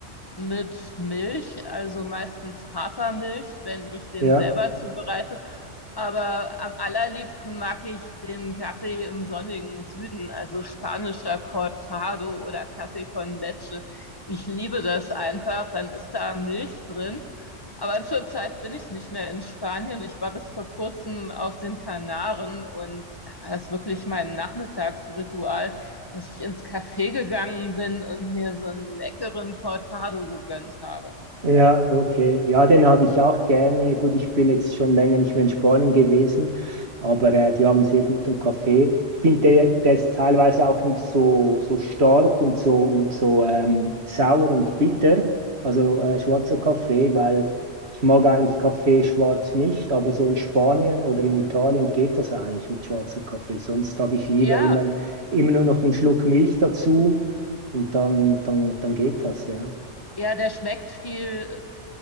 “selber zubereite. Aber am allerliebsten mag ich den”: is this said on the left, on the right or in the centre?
Left